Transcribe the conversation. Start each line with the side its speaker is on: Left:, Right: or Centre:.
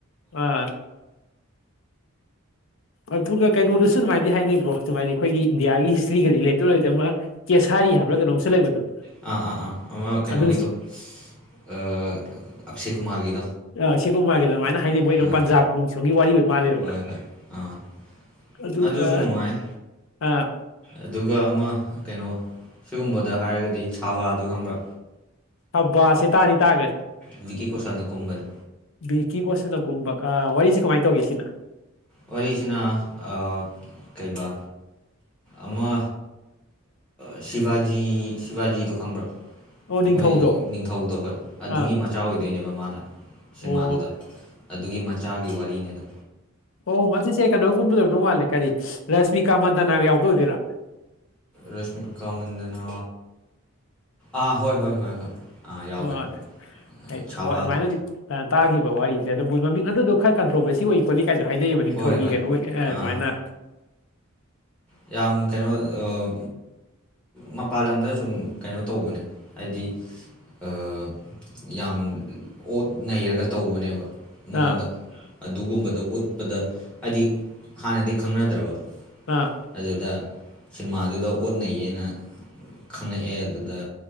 Left: ꯑꯥ ꯑꯗꯨꯒ ꯀꯩꯅꯣꯗꯁꯨ ꯑꯗꯨꯃꯥꯏꯗꯤ ꯍꯥꯏꯅꯩ ꯕ꯭ꯔꯣ ꯑꯗꯨꯃꯥꯏꯗꯤ ꯑꯩꯈꯣꯏꯒꯤ ꯏꯟꯗꯤꯌꯥꯒꯤ ꯍꯤꯁꯇ꯭ꯔꯤꯒ ꯔꯤꯂꯦꯇꯦꯠ ꯑꯣꯏꯗꯤ ꯀꯦꯁꯥ ꯀꯔꯤ ꯍꯥꯏꯕ꯭ꯔ ꯀꯩꯅꯣꯝꯁꯨ ꯂꯩꯕꯗꯣ
Centre: ꯑꯥ ꯑꯥ ꯑꯥ ꯑꯃ ꯀꯩꯅꯣꯒꯤꯗꯣ
Left: ꯑꯗꯨ
Centre: ꯑꯥ ꯑꯛꯁꯦ ꯀꯨꯃꯥꯔꯒꯤꯗ
Left: ꯑꯛꯁꯤꯀꯨꯃꯔꯒꯤꯗꯣ ꯑꯗꯨꯃꯥꯏꯅ ꯍꯥꯏꯅꯩ ꯃꯣꯏꯗꯣ
Centre: ꯑꯥ
Left: ꯄꯟꯖꯥꯞ ꯅꯨꯡ ꯁꯣꯝꯒꯤ ꯋꯥꯔꯤ ꯑꯣꯏ ꯃꯥꯜꯂꯦꯕ
Centre: ꯍꯣꯏ ꯍꯣꯏ ꯑꯥ
Left: ꯑꯗꯨꯒ
Centre: ꯑꯗꯨꯁꯨ ꯅꯨꯡꯉꯥꯏ
Left: ꯑꯥ
Centre: ꯑꯗꯨꯒ ꯑꯃ ꯀꯩꯅꯣ ꯁꯤꯒꯨꯝꯕꯗ ꯍꯥꯏꯔꯒꯗꯤ ꯁꯥꯕꯗꯣ ꯈꯪꯕ꯭ꯔ
Left: ꯑꯞꯕꯁꯦ ꯇꯥꯗꯤ ꯇꯥꯈ꯭ꯔꯦ
Centre: ꯚꯤꯀꯤ ꯀꯣꯁꯜꯅ ꯀꯨꯝꯕꯅꯤ
Left: ꯕꯤꯀꯤ ꯀꯣꯁꯟꯅ ꯀꯨꯝꯕ ꯑ ꯋꯥꯔꯤꯁꯦ ꯀꯃꯥꯏꯅ ꯇꯧꯒꯦ ꯁꯤꯅ
Centre: ꯋꯥꯔꯤꯁꯤꯅ ꯑ ꯀꯩꯕ ꯑꯃ ꯁꯤꯚꯖꯤ ꯁꯤꯚꯖꯤꯗꯣ ꯈꯪꯕ꯭ꯔꯥ
Left: ꯑꯣ ꯅꯤꯡꯊꯧꯗꯣ
Centre: ꯃꯣꯏ ꯅꯤꯡꯊꯧꯗꯣ ꯍꯣꯏ ꯑꯗꯨꯒꯤ
Left: ꯑꯥ
Centre: ꯃꯆꯥ ꯑꯣꯏꯗꯣꯏꯅꯦꯕ ꯃꯥꯅ ꯁꯤꯃꯥꯗꯨꯗ
Left: ꯑꯣ
Centre: ꯑꯗꯨꯒꯤ ꯃꯆꯥꯒꯤ ꯋꯥꯔꯤꯅꯤꯗ
Left: ꯑꯣ ꯃꯁꯤꯁꯦ ꯀꯩꯅꯣꯅ ꯀꯨꯝꯕꯗꯣ ꯑꯣꯏꯗꯧ ꯃꯥꯜꯂꯦ ꯀꯔꯤ ꯔꯁꯃꯤꯀꯥ ꯃꯟꯗꯅꯒ ꯌꯥꯎꯕꯗꯣ ꯑꯣꯏꯗꯣꯏꯔꯥ
Centre: ꯔꯁꯃꯤꯀꯥ ꯃꯟꯗꯅꯥ ꯑꯥ ꯍꯣꯏ ꯍꯣꯏ ꯍꯣꯏ ꯍꯣꯏ ꯑꯥ ꯌꯥꯎꯕꯅꯤ
Left: ꯍꯣꯏ ꯑꯩꯪ
Centre: ꯆꯥꯕꯥꯗ
Left: ꯃꯥꯏꯅꯗꯤ ꯑ ꯇꯥꯈꯤꯕ ꯋꯥꯔꯤꯁꯦ ꯑꯗꯣ ꯃꯣꯏ ꯃꯃꯤꯡ ꯒꯗꯨꯗꯣ ꯈꯔ ꯀꯟꯇ꯭ꯔꯣꯕꯔꯁꯤ ꯑꯣꯏ ꯈꯣꯠꯂꯤ ꯀꯥꯏꯁꯨ ꯍꯥꯏꯅꯩꯌꯦꯕ ꯅꯤꯡꯊꯧꯒꯤ
Centre: ꯍꯣꯏ ꯍꯣꯏ
Left: ꯀꯩꯅꯣ ꯑꯣꯏ ꯑ
Centre: ꯑꯥ
Left: ꯗꯨꯃꯥꯏꯅ
Centre: ꯌꯥꯝ ꯀꯩꯅꯣ ꯑ ꯎꯝ <unintelligible> ꯃꯄꯥꯟ ꯂꯝꯗ ꯁꯨꯝ ꯀꯩꯅꯣ ꯇꯧꯕꯅꯦ ꯍꯥꯏꯗꯤ ꯑꯥ ꯌꯥꯝ ꯑꯣꯠ ꯅꯩꯔꯒ ꯇꯧꯕꯅꯦꯕ ꯃꯉꯣꯟꯗ
Left: ꯑꯥ
Centre: ꯑꯗꯨꯒꯨꯝꯕꯗꯣ ꯎꯠꯄꯗ ꯍꯥꯏꯗꯤ ꯍꯥꯟꯅꯗꯤ ꯈꯪꯅꯗ꯭ꯔꯕ
Left: ꯑꯥ
Centre: ꯑꯗꯨꯗ ꯁꯤꯟꯃꯥꯗꯨꯗ ꯑꯣꯠꯅꯩꯌꯦꯅ ꯈꯉꯛꯑꯦ ꯑꯗꯨꯗ